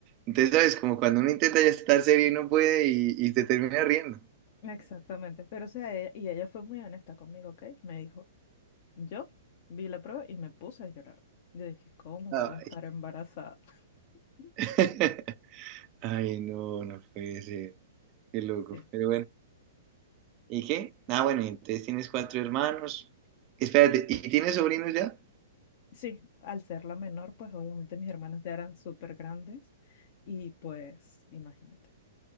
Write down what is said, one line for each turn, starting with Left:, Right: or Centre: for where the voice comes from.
Right: entonces, ¿sabes? Como cuando uno intenta ya estar serio y no puede y, y te termina riendo.
Left: Exactamente, pero o sea, ella- y ella fue muy honesta conmigo, ¿ok? Me dijo. Yo vi la prueba y me puse a llorar. Yo dije, ¿cómo
Right: Ay.
Left: puedo estar embarazada? <laughs>
Right: <laughs> Ay, no, no puede ser. Qué loco.
Left: Sí,
Right: Pero bueno. ¿Y qué? Ah, bueno, y entonces tienes cuatro hermanos. Espérate, ¿y tienes sobrinos ya?
Left: sí, al ser la menor, pues obviamente mis hermanas ya eran súper grandes y pues imagínate.